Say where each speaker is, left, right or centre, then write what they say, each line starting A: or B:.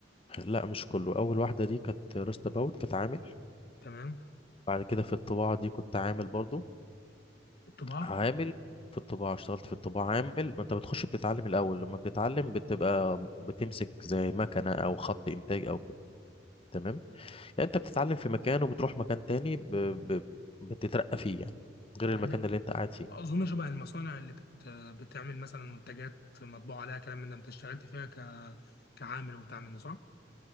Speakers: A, on the left (about 30°); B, on the left (about 60°).
A: لا مش كله اول واحدة دي كانت روست اباوت كانت عامل
B: تمام
A: بعد كده في الطباعة دي كنت عامل برضو
B: الطباعه
A: عامل في الطباعة اشتغلت في الطباعة عامل ما انت بتخش بتتعلم الأول لما بتتعلم بتبقى بتمسك زي مكنة أو خط إنتاج أو كده تمام يعني انت بتتعلم في مكان وبتروح مكان تاني ب... ب... بتترقى فيه يعني غير المكان
B: يعني
A: اللي انت قاعد فيه
B: اظن شبه المصانع اللي بت بتعمل مثلا منتجات مطبوع عليها كلام من ده انت اشتغلت فيها ك كعامل وبتاع من ده صح؟